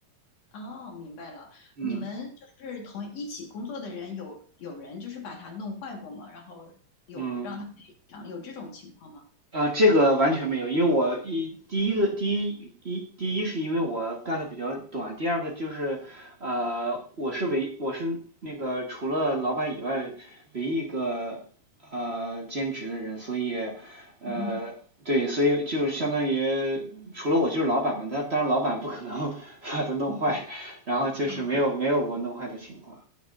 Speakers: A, on the left; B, on the right.
A: 哦，明白了。
B: 嗯
A: 你们就是同一起工作的人有有人就是把它弄坏过吗？然后有让他赔偿，
B: 嗯，
A: 有这种情况吗？
B: 啊，这个完全没有，因为我一第一个第一一第一是因为我干的比较短，第二个就是呃，我是唯我是那个除了老板以外唯一一个呃兼职的人，所以呃对，
A: 嗯
B: 所以就是相当于除了我就是老板嘛，他当然老板不可能 <laughs> 把它弄坏，
A: 嗯
B: 然后就是没有没有过弄坏的情况，
A: 嗯。